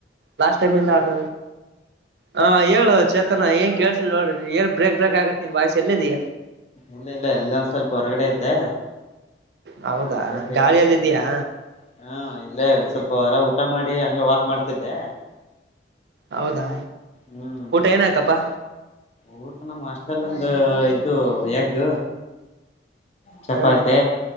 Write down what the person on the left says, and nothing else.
ಇಲ್ಲ ಇಲ್ಲ ಇಂದೊ ಒಂದ ಸ್ವಲ್ಪ ಹೊರಗಡೆ ಇದ್ದೆ.
ಅದಕ್ಕೆ ಬ್ರೇಕ್
ಆಯ್ತು ಹಾ ಇಲ್ಲೇ ಒಂದ್ ಸ್ವಲ್ಪ ಹೊರ ಊಟ ಮಾಡಿ ಹಂಗೆ ವಾಕ್ ಮಾಡ್ತಿದ್ದೆ.
ಹ್ಮ್
ಊಟ ನಮ್ಮ್ ಹಾಷ್ಟಲ್ಲಂದು ಇದು ಯಗ್. ಚಪಾತಿ